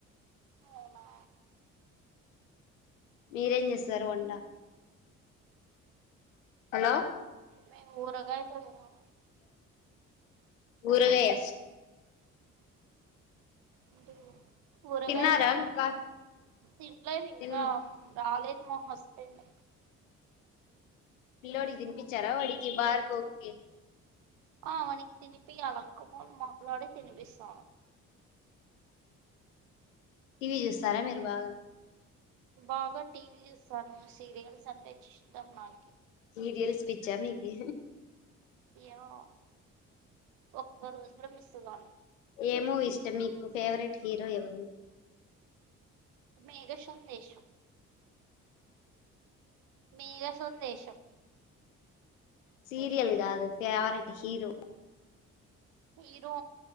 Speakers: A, on the right (about 60°); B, on the left (about 80°).
A: అవునా
B: మీరేం చేస్తారు వంట హలో
A: మేం ఊరగాయతో తిన్నం
B: ఊరగాయ
A: అంటే ఊరగాయతో
B: తిన్నారా
A: తిన్నాము
B: ఇంకా
A: తినలేదు ఇంకా
B: తిన్న
A: రాలేదు మా హస్బెండ్
B: పిల్లోడికి తినిపించారా వాడికి భార్గవ్ కి
A: ఆ వానికి తినిపి అప్పి అల్లక్క ఫోన్ మాట్లాడి తినిపిస్తాను
B: టీవీ చూస్తారా మీరు బాగా
A: బాగా టీవీ చూస్ సను సీరియల్స్ అంటే ఇష్టం నాకి
B: సీరియల్స్ పిచ్చా మీకి
A: ఏమో ఒక్క రోజు కూడా మిస్ కాను
B: ఏమూ ఇష్టం మీకు ఫేవరెట్ హీరో ఎవరు
A: మేఘ సందేశం మీర సందేశం
B: సీరియల్ కాదు ఫేవరెట్ హీరో
A: ఇరు